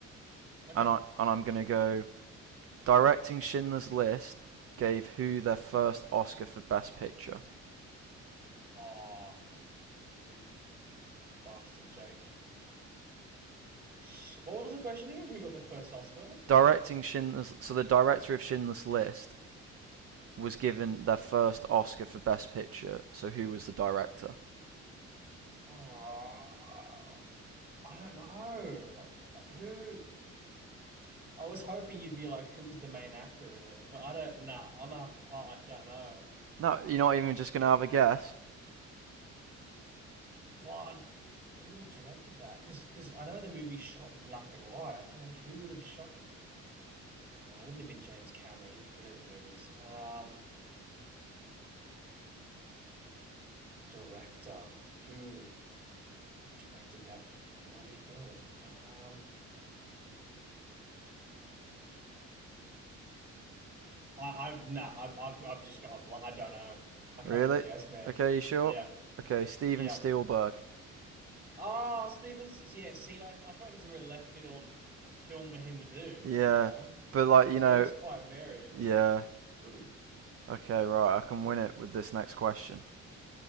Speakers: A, on the right; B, on the right.
A: Okay.
B: and I and I'm gonna go directing Schindler's List gave who their first Oscar for Best Picture.
A: Oh, you bastard, Jake. Sh what was the question again? Who got the first Oscar?
B: Directing Schindler's. So the director of Schindler's List was given their first Oscar for Best Picture. So who was the director?
A: Ah, I don't know. I, I, who? I was hoping you'd be like, who was the main actor in it? But I don't. Nah, I'm gonna have to pass. I don't know.
B: No, you're not even just gonna have a guess,
A: What? Who would have directed that? Because because I know the movie's shot in black and white. I'm trying to think who would have shot. No, it wouldn't have been James Cameron. He doesn't do those movies. Um, director who would have directed that bloody film? Um. I, I nah, I, I've I've just got a bl I don't know. I
B: really?
A: can't even guess, man.
B: Okay, you sure?
A: Yeah,
B: Okay, Steven
A: yeah.
B: Spielberg.
A: Ah, Stevens. Yeah, see, like, I feel like it's a very left field film for him to do.
B: Yeah,
A: You know,
B: but like
A: his
B: you
A: work's
B: know,
A: quite varied.
B: yeah.
A: <clears throat> All
B: Okay, right. I can win it with this next question.